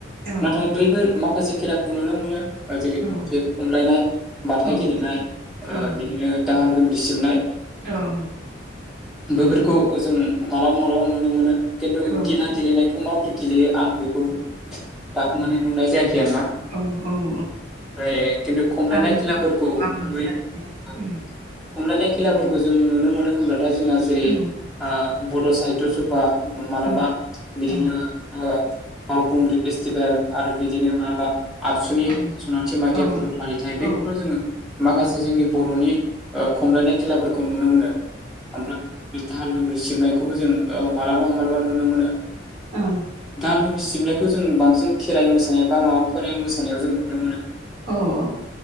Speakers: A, on the right; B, in the centre.
A: औ
B: नाथाय बैफोर माखासे खेलाखौ नुनो मोनो जेरै
A: औ
B: गेद खमलायनाय बाथा
A: औ
B: गेलेनाय ओ
A: औ
B: बिदिनो दाहाल थुंग्रि सिबनाय
A: औ
B: बैफोरखौ जों मालाबा मालाबा नुनो मोनो खिन्थु
A: औ
B: गिला गेलेनाय खौ माबोरै गेलेयो आं बेखौ दाबो माने नुनाय जायाखै आरोना
A: औ औ
B: ओमफ्राय खिन्थु खमलायनाय
A: आंबो
B: खेलाफोरखौ
A: आं मोनफेराखै
B: नुयो खमलायनाय
A: उम
B: खेलाफोरखौ जों नुनो मोनो होनब्लाथाय जोंहा जेरै
A: औ
B: आ बड साहित्य सभा मालाबा
A: औ
B: बिदिनो
A: औ
B: ओ फुंग्रि फेस्टिभेल आरो बिदिनो माबा आबसुनि
A: औ
B: सनाथि मायथाइ
A: औ
B: फोरबो फालिथाय बैफोराव
A: औ
B: जोङो माखासे जोंनि बर'नि खमलायनाय खेलाफोरखौ नुनो मोनो ओमफ्राय दाहाल लुंग्रि सिबनायखौबो जों मालाबा मालाबा नुनो मोनो।
A: औ।
B: दाहाल दुंगि सिबनायखौ जों बांसिन खेराइ मोसानाय बा माबाफोर मोसानायाव जों नुनो मोनो।
A: औ औ।